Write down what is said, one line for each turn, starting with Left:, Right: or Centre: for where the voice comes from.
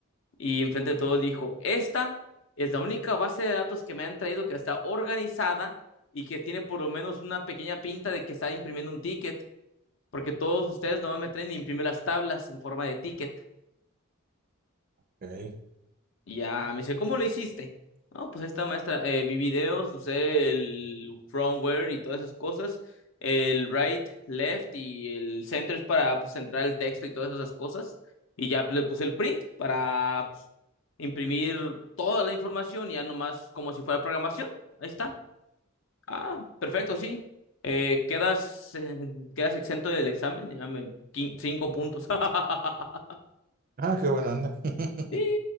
Left: y enfrente de todos dijo, esta es la única base de datos que me han traído que está organizada y que tiene por lo menos una pequeña pinta de que está imprimiendo un ticket, porque todos ustedes no me traen ni imprimen las tablas en forma de ticket.
Right: Ok.
Left: Y ya me dice, ¿cómo lo hiciste? No, pues esta maestra, eh, vi videos, usé el firmware y todas esas cosas, el right, left y el center es para pues, centrar el texto y todas esas cosas. Y ya pues, le puse el print para pues, imprimir toda la información, ya nomás como si fuera programación. Ahí está. Ah, perfecto, sí. Eh, quedas, eh, quedas exento del examen, ya me, quin- cinco puntos. <laughs>
Right: Ah, qué buena onda. <laughs>
Left: Y